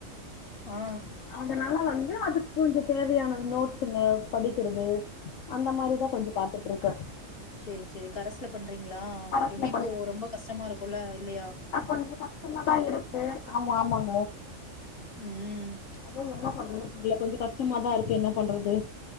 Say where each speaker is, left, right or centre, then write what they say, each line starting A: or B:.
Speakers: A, on the left (about 50°); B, on the left (about 75°).
A: ஆ
B: அதனால வந்து அதுக்கு கொஞ்சோ தேவையான நோட்ஸ்ங்க படிக்கறது அந்த மாரிதா கொஞ்ச பாத்துட்ருக்கே
A: சேர் செரி கரெஸ் பண்றீங்ளா
B: அரசுல
A: எப்டி இப்போ ரொம்ப கஷ்டமா இருக்குல இல்லயா
B: அ கொஞ்சோ கஸ்டமா தா இருக்கு ஆமா ஆமாங்
A: ம்
B: அதா என்ன பண்றது தெரில கொஞ்சோ கஷ்டமாதா இருக்கு என்ன பண்றது